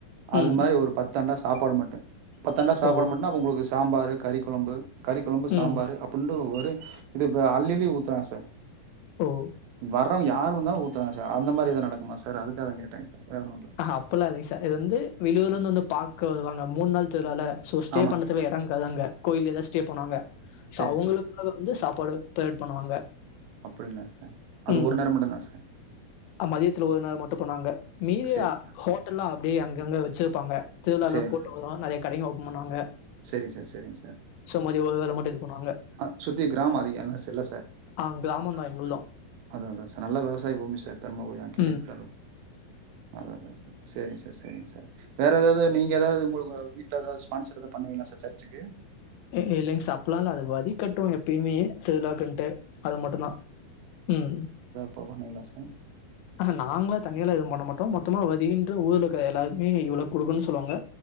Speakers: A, on the right; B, on the left.
A: அது
B: ம்.
A: மாறி ஒரு பத் தண்டா சாப்பாடு மட்டும் பத்தண்டா சாப்பாடு
B: ஓ!
A: மட்டுன்னா அப்ப உங்களுக்கு சாம்பாரு கறி கொழம்பு கறி கொழம்பு சாம்பாரு
B: ம்.
A: அப் கொண்டு போவாரு இது இப்ப அள்ளி அள்ளி ஊத்துறா சார்
B: ஓ
A: வர்றவ யார் வந்தாலு ஊத்துறா சார் அந்த மாறி எதோ நடக்குமா சார் அதுக்காக தா கேட்டங் சார் வேற ஒன்னும் இல்ல
B: அப்பல்லா இல்லைங் சார் இது வந்து வெளி ஊர்ல இருந்து பாக்க வருவாங்க மூன் நாள் திருவிழால்ல சோ ஸ்டே
A: ஆமா
B: பண்துக்கு
A: சார்
B: இடம் இக்காது அங்க கோயில்லயேதா ஸ்டே பண்ணுவாங்க
A: சரி
B: சோ அவங்களுக்
A: சார்
B: கு வந்து சாப்பாடு தயார் பண்ணுவாங்க
A: அப்படிங்களா சார் அது
B: ம்.
A: ஒரு நேரம் மட்டுதானா சார்
B: அ மதியத்துல ஒரு நேரம் மட்டும் பண்ணுவாங்க மீதியெல்லா
A: சரி
B: ஹோட்டல்லா அப்டியே அங்கங்க வச்சிருப்பாங்க திருவிழால
A: சரிங்க
B: கூட்டொ
A: சார்
B: வரு நறிய கடைங்க ஒப்பன் பண்ணுவாங்க
A: சரிங்க சார் சரிங்க
B: சோ மதியோ ஒரு வேளை மட்டும் இது பண்ணுவாங்க
A: அ சுத்தி கிராமம் அதிகோ என்ன செல்வா சார்
B: ஆ
A: அ கிராமம்
B: தான் எங்கள்தும்.
A: அதிகம் அத்தா அத்தா சார் நல்ல வெவசாய பூமி சார் தர்மபுரி நா கேள்விப்பட்ட
B: ம்.
A: அளவு அத்தா அத்தா சார் சேரிங் சார் சேரிங் சார் வேற எதாவது நீங்க எதாவது உங்களுக்கு வீட்ல எதாவது ஸ்பான்சர் எதாவது பண்ணுவீங்களா சார் சர்ச்சுக்கு
B: இ இ இல்லைங்க சார் அப்புல்லா இல்ல அது வரி கட்டுவோ எப்பயுமே சோ எல்லார்க்குன்ட்டு அது மட்டுதா ம்
A: போவானுங்ளா சார்
B: ஆனா நாங்ல்லா தனியா எல்லா எதும் பண்ண மாட்டோமம மொத்தமா தீடிர்ன்னு ஊருல இருக்க எல்லாருமே இவனுக்கு குடுக்கணும்ன்னு சொல்லுவாங்க